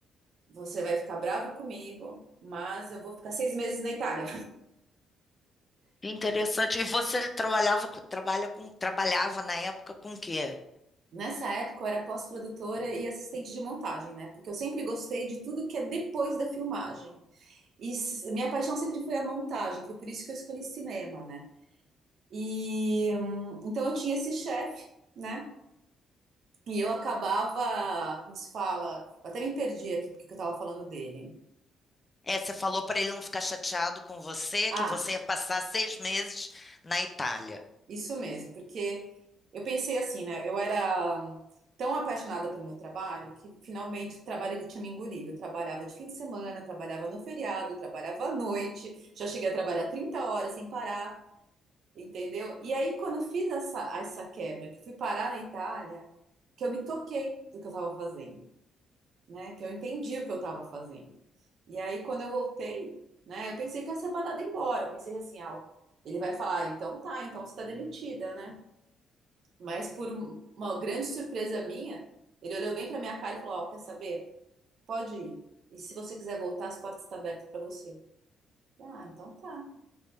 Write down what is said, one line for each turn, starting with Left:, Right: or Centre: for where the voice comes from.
Right: você vai ficar bravo comigo, mas eu vou ficar seis meses na Itália.
Left: Que interessante. E você trabalhava, com- trabalha com, trabalhava na época com o quê?
Right: Nessa época, eu era pós-produtora e assistente de montagem, né? Porque eu sempre gostei de tudo que é depois da filmagem. E s- minha paixão sempre foi a montagem, foi por isso que eu escolhi cinema, né? E hum, então eu tinha esse chefe. né? E eu acabava, como se fala, eu até me perdi aqui porque que eu tava falando dele.
Left: É, você falou para ele não ficar chateado com você,
Right: Ah,
Left: que você ia passar seis meses na Itália.
Right: isso mesmo, porque eu pensei assim, né? Eu era tão apaixonada pelo meu trabalho que finalmente o trabalho ele tinha me engolido. Eu trabalhava de fim de semana, eu trabalhava no feriado, eu trabalhava à noite, já cheguei a trabalhar 30 horas sem parar, entendeu? E aí quando eu fiz essa, essa quebra, que eu fui parar na Itália, que eu me toquei do que eu tava fazendo. né? Que eu entendi o que eu estava fazendo. E aí, quando eu voltei, né? Eu pensei que eu ia ser mandada embora. Eu pensei assim, ah, ele vai falar, "Ah, então tá, então você está demitida, né? Mas por um- uma grande surpresa minha, ele olhou bem para minha cara e falou, ó, quer saber? Pode ir. E se você quiser voltar, as portas estão abertas para você. Ah, então tá.